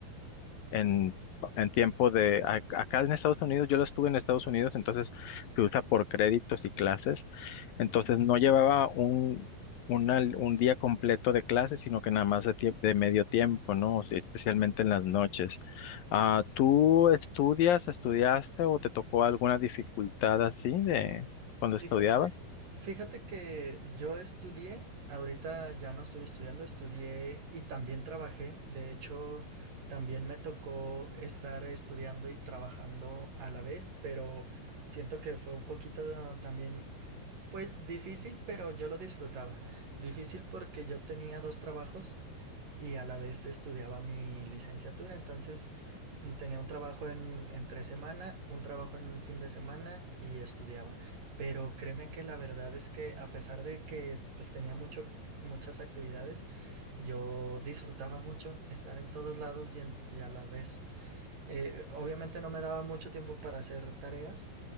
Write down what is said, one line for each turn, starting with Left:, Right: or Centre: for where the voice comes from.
Left: en, en tiempo de, a- acá en Estados Unidos, yo lo estuve en Estados Unidos, entonces se usa por créditos y clases, entonces no llevaba un, una- un día completo de clases, sino que nada más de, tie- de medio tiempo, ¿no? O sea, especialmente en las noches. Ah,
Right: Sí.
Left: ¿tú estudias, estudiaste o te tocó alguna dificultad así de cuando
Right: Fíjate,
Left: estudiabas?
Right: fíjate que yo estudié, ahorita ya no estoy estudiando, estudié y también trabajé. De hecho, también me tocó estar estudiando y trabajando a la vez, pero siento que fue un poquito también, pues difícil, pero yo lo disfrutaba. Difícil porque yo tenía dos trabajos, y a la vez estudiaba mi licenciatura, entonces mm, tenía un trabajo en, entre semana, un trabajo en fin de semana y estudiaba. Pero créeme que la verdad es que a pesar de que pues tenía mucho, muchas actividades, yo disfrutaba mucho estar en todos lados y, en, y a la vez. Eh, obviamente no me daba mucho tiempo para hacer tareas,